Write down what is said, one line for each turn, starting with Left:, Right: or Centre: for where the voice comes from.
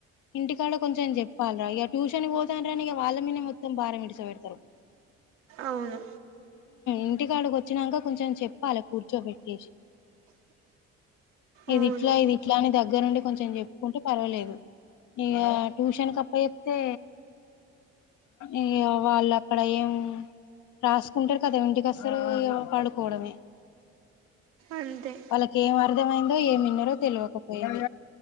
Left: ఇంటికాడ కొంచెం చెప్పాలిరా ఇక ట్యూషన్ పోతన రానిక వాళ్ళ మీద మొత్తం భారం ఇద్దశాపడతారు
Right: అవును
Left: ఇంటికాడికి వచ్చినాక కొంచెం చెప్పాలి కూర్చోబెట్టి ఇది
Right: అవును
Left: ఇట్లా ఇది ఇట్లా అని దగ్గరుండి కొంచెం చెప్పుకుంటే పర్వాలేదు ఇక ట్యూషన్ కప్ప చెప్తే ఇ్య వాళ్ళు అక్కడ ఏం రాసుకుంటారు కదా ఇంటికి అసలు అసర పాడుకోవడమే
Right: అంతే
Left: వాళ్ళకి ఏం అర్థమైందో ఏమిన్నరోో తెలియకపోయింది